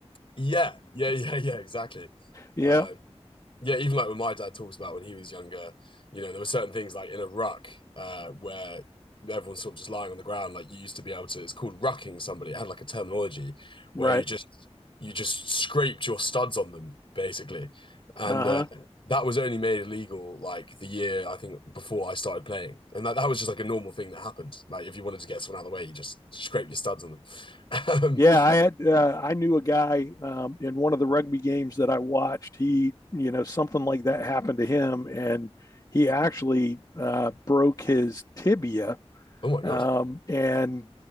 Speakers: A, on the left; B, on the left.
A: Yeah, yeah, yeah, yeah, exactly.
B: Yeah,
A: Uh, yeah, even like when my dad talks about when he was younger, you know, there were certain things like in a ruck uh, where everyone's sort of just lying on the ground. Like you used to be able to, it's called rucking somebody. It had like a terminology where
B: right.
A: you just you just scraped your studs on them basically, and
B: Uh huh.
A: uh, that was only made illegal like the year I think before I started playing, and that, that was just like a normal thing that happened. Like if you wanted to get someone out of the way, you just scrape your studs on them. <laughs> um,
B: Yeah, I had uh, I knew a guy um, in one of the rugby games that I watched. He, you know, something like that happened to him, and he actually uh, broke his tibia
A: oh my god,
B: Um, and